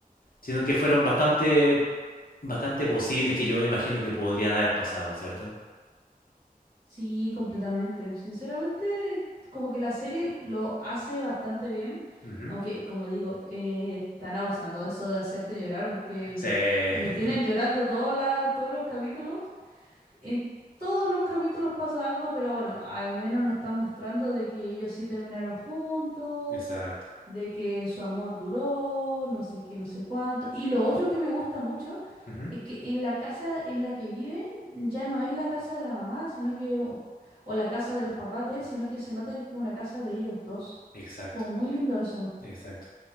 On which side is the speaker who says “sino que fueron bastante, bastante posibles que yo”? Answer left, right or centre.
Left